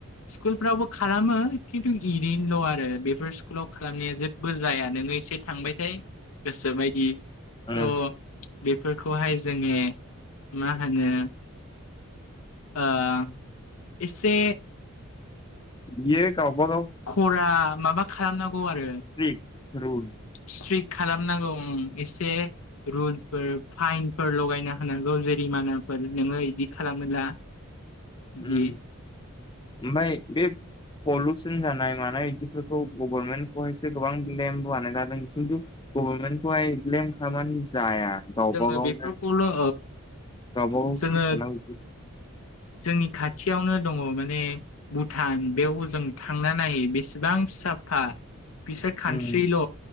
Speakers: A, on the left; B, on the left.
A: स्कुलफ्रावबो खालामो खिन्थु एरैनोल' आरो बेफोर स्कुलाव खालामनाया जेबो जाया नोङो एसे थांबायथाय गोसोबायदि
B: उम
A: थ' बेफोरखौहाय जोङो मा होनो? आ इसे
B: बेयो गावबा गाव
A: खरा माबा खालामनांगौ आरो।
B: स्ट्रिक रुल
A: स्ट्रिक खालामनांगौ ओं। एसे रुलफोर फाइनफोर लगायना होनांगौ जेरिमानाफोर नोङो इदि खालामोला बिदि
B: उम ओमफाय बे पलुसन जानाय मानाय बिदिफोरखौ गभर्नमेन्टखौ हायसो गोबां ब्लेम बनायनाय जादों किन्टु गभर्मेन्टखौहाय ब्लेम खालामनानै जाया। गावबा
A: जोङो
B: गावनो
A: बेफोरखौल' औ
B: गावबा गावसो
A: जोङो
B: थानांगौ बिदिसो
A: जोंनि खाथियावनो दङ माने भुटान बेयाव जों था थांना नायै बेसेबां साफा बिसोर खानट्रिल'
B: उम